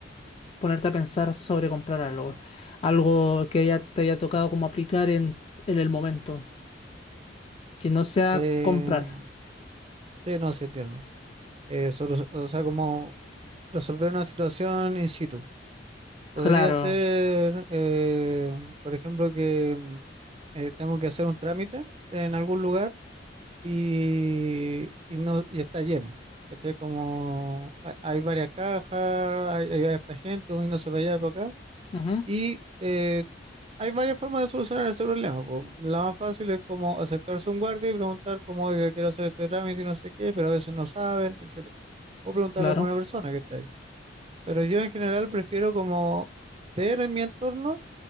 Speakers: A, on the left (about 30°); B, on the right (about 30°).
A: ponerte a pensar sobre comprar algo. Algo que ya te haya tocado como aplicar en, en el momento. Que no sea
B: Eh,
A: comprar.
B: sí, no, sí entiendo. Eh, sobre- o sea, como resolver una situación in situ. Podría
A: Claro.
B: ser, eh, por ejemplo, que mm, eh, tengo que hacer un trámite en algún lugar y, y no, y está lleno. ¿Cachai? Como ha- hay varias cajas, hay, hay harta gente, uno no se va allá y para acá.
A: Ujú,
B: Y eh, hay varias formas de solucionar ese problema. po. La más fácil es como acercarse a un guardia y preguntar como, oiga, quiero hacer este trámite y no sé qué, pero a veces no saben, etcétera. O preguntarle
A: claro.
B: a alguna persona que está ahí. Pero yo en general prefiero como ver en mi entorno